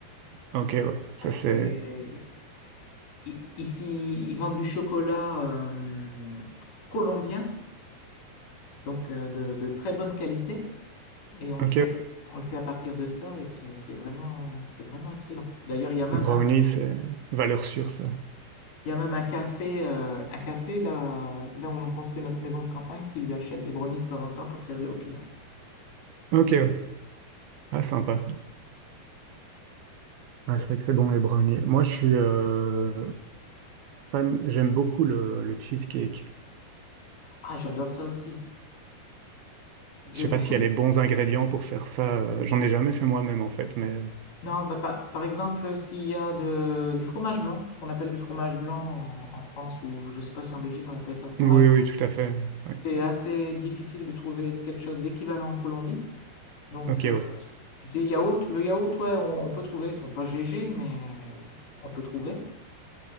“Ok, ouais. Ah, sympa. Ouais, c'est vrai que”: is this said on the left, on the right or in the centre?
Right